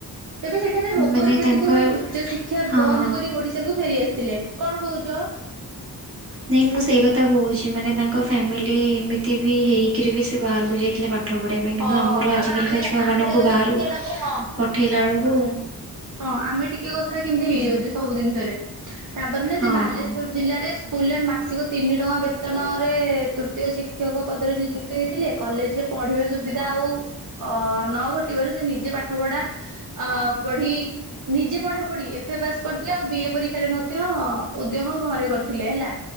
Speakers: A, on the right; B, on the right.
A: ତେବେ ସେଠାରେ ରୋଗରେ
B: ମାନେ
A: ପୀଡିତ
B: ତାଙ୍କର
A: ହୋଇ ଉଚ୍ଚ ଶି ଶିକ୍ଷା
B: ହଁ
A: ବନ୍ଦ
B: ହଁ।
A: କରି ଓଡିଶା କୁ ଫେରି ଆସିଥିଲେ। କଣ କହୁଚ?
B: ନାଇଁ ମୁଁ ସେଇ କଥା କହୁଚି ମାନେ ତାଙ୍କ ଫ୍ୟାମିଲି ଏମିତି ବି ହେଇକିରି ବି ସେ ବାହାରକୁ ଯାଇଥିଲେ ପା ପାଠ ପଢ଼ିବା ପାଇଁ
A: ହଁ
B: କିନ୍ତୁ ଆମର
A: ଆଉ
B: ଆଜିକାଲିକା
A: ଆମେ
B: ଛୁଆମାନଙ୍କୁ
A: ଆମେ ଯଦି
B: ବାହାରକୁ
A: ଟିକେ ନାକୁ ହଁ
B: ପଠେଇଲା ବେଳକୁ
A: ହଁ ଆମେ ଟିକେ କଥାରେ କେମିତି ହେଇଯାଉଚେ
B: ହଁ
A: ସବୁ ଜିନିଷରେ। ତାପରେ ନା
B: ହଁ
A: ସେ ବାଲେଶ୍ୱର ଜିଲ୍ଲାରେ ସ୍କୁଲରେ ମାସିକ ତିନି ଟଙ୍କା ବେତନ ରେ ତୃତୀୟ ଶିକ୍ଷକ ପଦରେ ନିଯୁକ୍ତି ହୋଇଥିଲେ। କଲେଜ ରେ ପଢିବା ସୁବିଧା ଆଉ ଅ ନ ଘଟିବାରୁ ସେ ନିଜେ ପାଠ ପଢା ଅ ପଢି ନିଜେ ପଢାପଢି ଏଫେ ପାସ୍ କରିଥିଲେ। ଆଉ ବି ଏ ପରୀକ୍ଷାରେ ମଧ୍ୟ ଉଦ୍ୟମ ଘରେ କରିଥିଲେ ହେଲା।